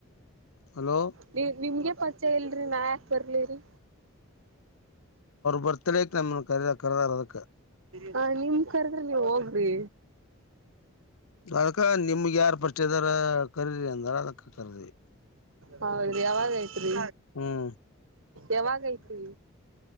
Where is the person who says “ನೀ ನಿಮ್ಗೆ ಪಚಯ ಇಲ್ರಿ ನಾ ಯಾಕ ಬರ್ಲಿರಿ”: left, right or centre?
Right